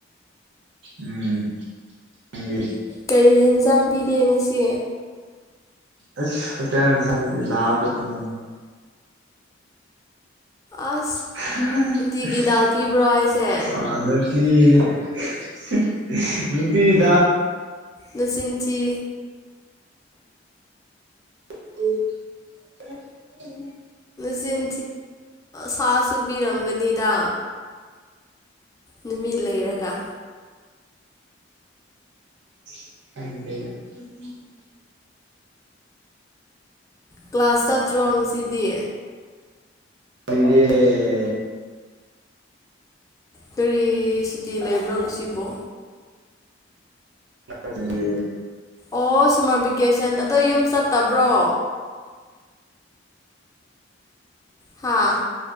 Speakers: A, on the right; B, on the left.
A: ꯎꯝ ꯅꯪꯗꯤ꯫
B: ꯀꯩ ꯍꯦꯟꯖꯥꯡ ꯄꯤꯒꯦ ꯉꯁꯤ꯫
A: ꯑꯁ ꯍꫭꯁꯇꯦꯜ ꯍꯦꯟꯁꯥꯡꯗꯤ ꯗꯥꯜ ꯈꯛꯇꯪꯅꯦ꯫
B: ꯑꯁ꯫
A: <unintelligible>
B: ꯅꯨꯡꯇꯤꯒꯤ ꯗꯥꯜ ꯄꯤꯕ꯭ꯔꯣ ꯍꯥꯏꯁꯦ
A: ꯅꯨꯇꯤ ꯗꯥ
B: ꯂꯁꯤꯡꯟꯆꯤ
A: ꯎꯝ
B: ꯆꯤꯟ ꯁꯥ ꯁꯨꯕꯤꯔꯝꯒꯅꯤꯗ ꯅꯨꯃꯤꯠ ꯂꯩꯔꯒ
A: <unintelligible>
B: ꯀ꯭ꯂꯥꯁ ꯆꯥꯠꯇ꯭ꯔꯣ ꯉꯁꯤꯗꯤ꯫
A: ꯀꯩꯖꯩꯅꯦ꯫
B: ꯀꯔꯤ ꯁꯨꯇꯤ ꯂꯩꯕ꯭ꯔꯣ ꯉꯁꯤꯕꯣ꯫
A: <unintelligible> <inaudible>
B: ꯑꯣ ꯁꯝꯃꯔ ꯚꯦꯀꯦꯁꯟ ꯑꯗꯣ ꯌꯨꯝ ꯆꯠꯇꯕ꯭ꯔꯣ꯫ ꯍꯥꯥ꯫